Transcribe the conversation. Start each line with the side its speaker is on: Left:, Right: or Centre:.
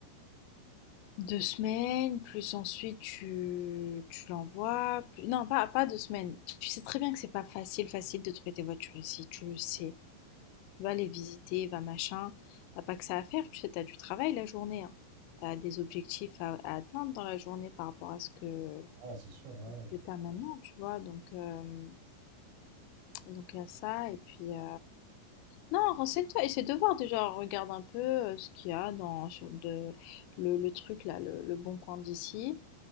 Left: Deux semaines, plus ensuite tu, tu l'envoies. plus- Non, pas, pas 2 semaines. Tu sais très bien que c'est pas facile, facile de trouver des voitures ici, tu le sais. Va les visiter, va machin. T'as pas que ça à faire, tu sais, t'as du travail la journée. hein. T'as des objectifs à, à atteindre dans la journée par rapport à ce que,
Right: Ouais, c'est sûr, ouais.
Left: tu as maintenant, tu vois. Donc, euh, donc il y a ça. Et puis, euh, non, renseigne-toi, essaie de voir déjà, regarde un peu euh, ce qu'il y a dans sur de, le, le truc là, le, le bon coin d'ici.